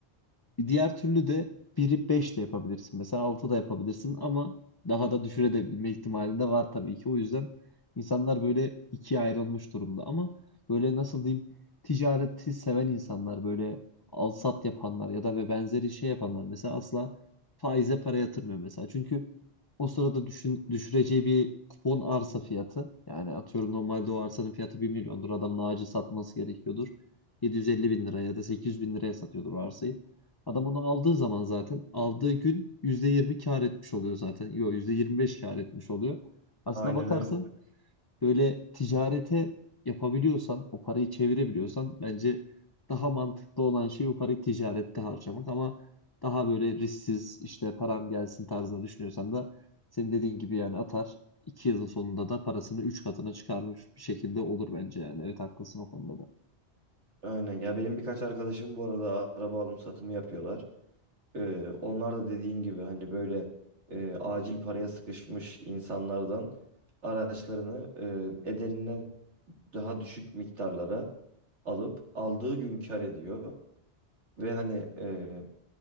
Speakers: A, on the left; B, on the right.
A: e, Diğer türlü de biri 5 de yapabilirsin. Mesela 6 da yapabilirsin ama daha da düşürebilme ihtimali de var tabii ki. O yüzden insanlar böyle ikiye ayrılmış durumda. Ama böyle nasıl diyeyim ticareti seven insanlar böyle al sat yapanlar ya da ve benzeri şey yapanlar mesela asla faize para yatırmıyor mesela. Çünkü o sırada düşün, düşüreceği bir kupon arsa fiyatı yani atıyorum normalde o arsanın fiyatı bir milyondur. Adamın ağacı satması gerekiyordur. 750 bin liraya ya da 800 bin liraya satıyordur o arsayı. Adam onu aldığı zaman zaten aldığı gün %20 kar etmiş oluyor zaten. Yok %25 kar etmiş oluyor. Aslına
B: Aynen
A: bakarsan
B: öyle.
A: böyle ticarete yapabiliyorsan, o parayı çevirebiliyorsan bence daha mantıklı olan şey o parayı ticarette harcamak ama daha böyle risksiz işte param gelsin tarzında düşünüyorsan da senin dediğin gibi yani atar 2 yılın sonunda da parasını 3 katına çıkarmış bir şekilde olur bence yani. Evet haklısın o konuda da.
B: Aynen. Ya benim birkaç arkadaşım bu arada araba alım satımı yapıyorlar. Ee, onlar da dediğin gibi hani böyle e, acil paraya sıkışmış insanlardan araçlarını e, ederinden daha düşük miktarlara alıp aldığı gün kar ediyor. Ve hani e,